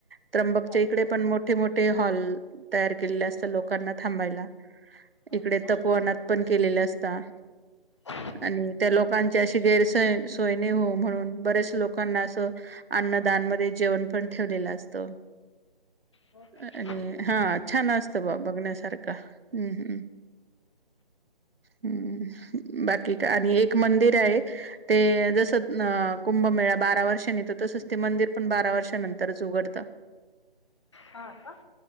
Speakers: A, on the right; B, on the left.
A: त्र्यंबकच्या
B: बापरे
A: इकडे पण मोठे, मोठे हॉल तयार केलेले असतात
B: हम्म
A: लोकांना थांबायला.
B: हो
A: इकडे
B: का
A: तपवानात पण केलेले असता
B: हा
A: आणि
B: हा
A: त्या लोकां च्याशी गैरस सोय सोयने हो म्हणून बरेच लोकांना असं अन्नदानमध्ये जेवण. पण ठेवलेला असतो.
B: हो का
A: आणि
B: हम्म
A: हा छान असतं बा बघण्यासारखा. हम्म हम्मम हम्. बाकी आणि एक मंदिर आहे, ते
B: हम्म
A: जस अ. कुंभमेळा बारा वर्षांनीेतो तसच ते मंदिर पण बारा वर्षानंतरच उघडत.
B: हा का.